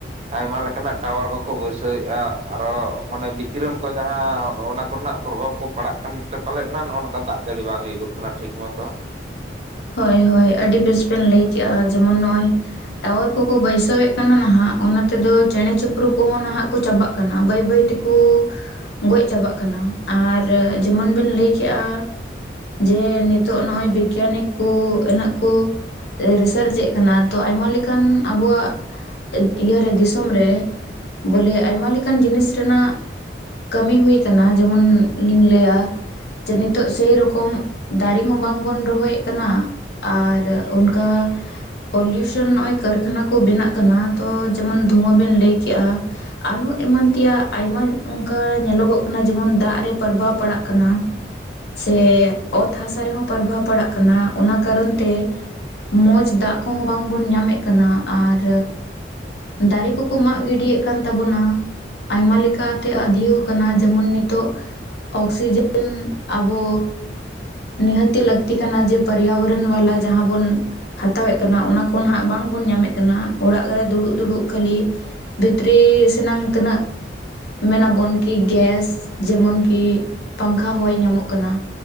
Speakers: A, on the right (about 35°); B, on the left (about 70°).
A: ᱟᱭᱢᱟ ᱞᱮᱠᱟᱱᱟᱜ ᱴᱟᱣᱟᱨ ᱠᱚᱠᱚ ᱵᱟᱹᱭᱥᱟᱹᱣ ᱮᱜᱼᱟ ᱟᱨᱚ ᱢᱟᱱᱮ ᱵᱤᱠᱤᱨᱚᱱ ᱠᱚ ᱡᱟᱦᱟᱸ ᱚᱱᱟ ᱠᱚᱨᱮᱱᱟᱜ ᱯᱨᱚᱵᱷᱟᱵᱽ ᱠᱚ ᱯᱟᱲᱟᱜ ᱠᱟᱱ ᱛᱮ ᱯᱟᱞᱮᱜ ᱱᱟ ᱱᱚᱜᱼᱚ ᱱᱚᱝᱠᱟ ᱫᱟᱜ ᱡᱟᱹᱲᱤ ᱵᱟᱝ ᱦᱩᱭᱩᱜᱚᱜ ᱠᱟᱱᱟ ᱴᱷᱤᱠ ᱢᱚᱛᱚ
B: ᱦᱳᱭ ᱦᱳᱭ ᱟᱹᱰᱤ ᱵᱮᱥ ᱵᱤᱱ ᱞᱟᱹᱭ ᱠᱮᱜᱼᱟ ᱡᱮᱢᱚᱱ ᱱᱚᱜᱼᱚᱭ ᱴᱟᱣᱟᱨ ᱠᱚᱠᱚ ᱵᱟᱹᱭᱥᱟᱹᱣ ᱮᱜ ᱠᱟᱱᱟ ᱱᱟᱦᱟᱜ ᱚᱱᱟ ᱛᱮᱫᱚ ᱪᱮᱬᱮ ᱪᱤᱯᱨᱩᱜ ᱠᱚᱦᱚᱸ ᱱᱟᱦᱟᱜ ᱠᱚ ᱪᱟᱵᱟᱜ ᱠᱟᱱᱟ ᱵᱟᱹᱭ ᱵᱟᱹᱭ ᱛᱮᱠᱚ ᱜᱚᱡ ᱪᱟᱵᱟᱜ ᱠᱟᱱᱟ ᱟᱨ ᱡᱮᱢᱚᱱ ᱵᱤᱱ ᱞᱟᱹᱭ ᱠᱮᱜᱼᱟ ᱡᱮ ᱱᱤᱛᱚᱜ ᱱᱚᱜᱼᱚᱭ ᱵᱤᱜᱽᱜᱟᱱᱤᱠ ᱠᱩ ᱮᱱᱮᱜ ᱠᱚ ᱨᱤᱥᱟᱨᱪ ᱮᱜ ᱠᱟᱱᱟ ᱛᱚ ᱟᱭᱢᱟ ᱞᱮᱠᱟᱱ ᱟᱵᱚᱣᱟᱜ ᱤᱭᱟᱹ ᱨᱮ ᱫᱤᱥᱚᱢ ᱨᱮ ᱵᱚᱞᱮ ᱟᱭᱢᱟ ᱞᱮᱠᱟᱱ ᱡᱤᱱᱤᱥ ᱨᱮᱱᱟᱜ ᱠᱟᱹᱢᱤ ᱦᱩᱭ ᱠᱟᱱᱟ ᱡᱮᱢᱚᱱ ᱞᱤᱧ ᱞᱟᱹᱭᱟ ᱡᱮ ᱱᱤᱛᱚᱜ ᱥᱮ ᱨᱚᱠᱚᱢ ᱫᱟᱨᱮ ᱦᱚᱸ ᱵᱟᱝ ᱵᱚᱱ ᱨᱚᱦᱚᱭᱮᱜ ᱠᱟᱱᱟ ᱟᱨ ᱚᱱᱠᱟ ᱯᱚᱞᱤᱭᱩᱥᱚᱱ ᱱᱚᱜᱼᱚᱭ ᱠᱟᱹᱨᱠᱷᱟᱱᱟ ᱠᱚ ᱵᱮᱱᱟᱜ ᱠᱟᱱᱟ ᱛᱚ ᱡᱮᱢᱚᱱ ᱫᱷᱩᱶᱟᱹ ᱵᱤᱱ ᱞᱟᱹᱭ ᱠᱮᱜᱼᱟ ᱟᱨᱦᱚᱸ ᱮᱢᱟᱱ ᱛᱮᱭᱟᱜ ᱟᱭᱢᱟ ᱚᱱᱠᱟ ᱧᱮᱞᱚᱜᱚᱜ ᱠᱟᱱᱟ ᱡᱮᱢᱚᱱ ᱫᱟᱜ ᱨᱮ ᱯᱨᱚᱵᱷᱟᱵ ᱯᱟᱲᱟᱜ ᱠᱟᱱᱟ ᱥᱮ ᱚᱛ ᱦᱟᱥᱟ ᱨᱮᱦᱚᱸ ᱯᱨᱵᱷᱟᱵ ᱯᱟᱲᱟᱜ ᱠᱟᱱᱟ ᱚᱱᱟ ᱠᱟᱨᱚᱱ ᱛᱮ ᱢᱚᱸᱡᱽ ᱫᱟᱜ ᱠᱚᱦᱚᱸ ᱵᱟᱝ ᱵᱚᱱ ᱧᱟᱢᱮᱜ ᱠᱟᱱᱟ ᱟᱨ ᱫᱟᱨᱮ ᱠᱚᱠᱚ ᱢᱟᱜ ᱜᱤᱰᱤᱭᱮᱜ ᱠᱟᱱ ᱛᱟᱵᱚᱱᱟ ᱟᱭᱢᱟ ᱞᱮᱠᱟ ᱛᱮ ᱟᱫᱷᱤᱭᱳ ᱠᱟᱱᱟ ᱡᱮᱢᱚᱱ ᱱᱤᱛᱚᱜ ᱚᱠᱥᱤᱡᱮᱱ ᱟᱵᱚ ᱱᱤᱦᱟᱹᱛᱤ ᱞᱟᱹᱠᱛᱤ ᱠᱟᱱᱟ ᱡᱮ ᱯᱚᱨᱭᱟᱵᱚᱨᱚᱱ ᱵᱟᱞᱟ ᱡᱟᱦᱟᱸ ᱵᱚᱱ ᱦᱟᱛᱟᱣᱮᱜ ᱠᱟᱱᱟ ᱚᱱᱟ ᱠᱚ ᱱᱟᱦᱟᱜ ᱵᱟᱝ ᱵᱚᱱ ᱧᱟᱢᱮᱜ ᱠᱟᱱᱟ ᱚᱲᱟᱜ ᱨᱮ ᱫᱩᱲᱩᱵ ᱫᱩᱲᱩᱵ ᱠᱷᱟᱹᱞᱤ ᱵᱷᱤᱛᱨᱤ ᱥᱮᱱᱟᱝ ᱛᱤᱱᱟᱹᱜ ᱢᱮᱱᱟᱵᱚᱱ ᱠᱤ ᱜᱮᱥ ᱡᱮᱢᱚᱱ ᱠᱤ ᱯᱟᱝᱠᱷᱟ ᱦᱚᱭ ᱧᱟᱢᱚᱜ ᱠᱟᱱᱟ